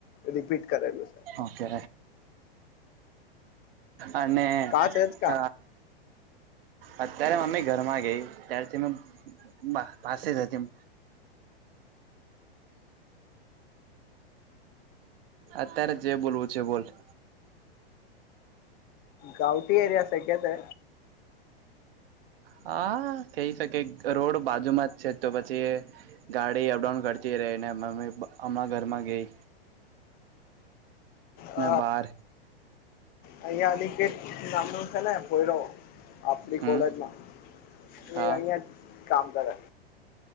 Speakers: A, on the left (about 30°); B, on the right (about 65°).
A: રિપીટ કરેલું છે
B: ઓકે. અને
A: કા છે જ કા
B: ક. અત્યારે મમ્મી ઘરમાં ગઈ ત્યારથી મે. બા પાસે હતીમ. અત્યારે જે બોલવું છે બોલ. <inaudible>
A: ગાંવટી એરિયા છે કે તે.
B: હા કઈ શકે કરોડ બાજુમાં જ છે તો પછી. ગાડી અપડાઉન કરતી રહી ને મમ્મી હમણાં ઘરમાં ગઈ.
A: હ
B: મેં બહાર
A: અહીંયા ની કેટ નામનો છે ને પોયરો. આપડી
B: હમ
A: કોલેજમાં
B: હા
A: એ અહીંયા જ કામ કરે.